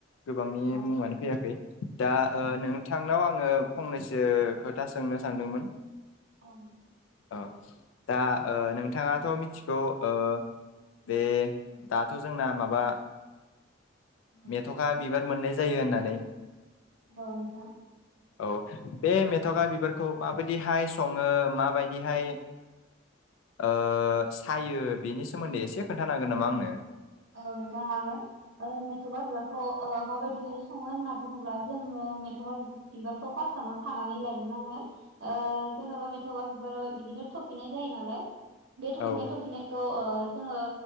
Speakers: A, on the left; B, on the right.
A: गोबांनि
B: औ
A: मुङानो
B: नंगौ
A: फैयाखै दा ओ
B: औ
A: नोंथांनाव आं ङो फंनैसो खोथा सोंनो सानदोंमोन
B: <unintelligible>
A: <unintelligible> दा ओ नोंथाङाथ' मिथिगौ ओ बे
B: औ
A: दाथ' जोंना माब बा
B: औ
A: मेथ'खा बिब बार मोननाय जायो होननानै
B: औ नोंथां
A: औ बे मेथ'गा बिबारखौ माबायदिहाय सङो माबायदिहाय ओ सायो बेनि सोमोन्दै एसे खोन्थानो हागोन नामा आंनो
B: औ नोंथां हागोन ओ मेथ'गा बिबारखौ ओ माबायद दिहाय सङो होनना बुङोब्ला जोङो मेथ'गा बिबारखौ फास्टावनो खानानै लायग्रोनांगोन ओ जेन'बा मेथगा बिबाराव बिदिनो थफिनाय जायो नालाय बे थ'फिनाय
A: औ
B: थफिनायखौ ओ जोङो